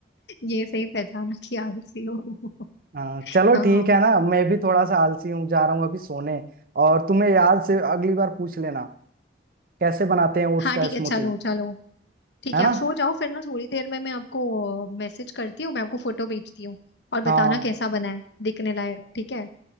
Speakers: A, on the left; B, on the right.
A: ये सही पहचाना कि आलसी हो <laughs>
B: हाँ चलो
A: हाँ
B: ठीक है ना मैं भी थोड़ा सा आलसी हूँ जा रहा हूँ अभी सोने और तुम्हें याद से अगली बार पूछ लेना कैसे बनाते हैं ओट्स
A: हाँ
B: का
A: ठीक
B: स्मूथी
A: है चलो चलो ठीक
B: है
A: है
B: ना
A: आप सो जाओ फिर ना थोड़ी देर में मैं आपको मैसेज करती हूँ मैं आपको फोटो भेजती हूँ और बताना
B: हाँ
A: कैसा बना है दिखने लायक ठीक है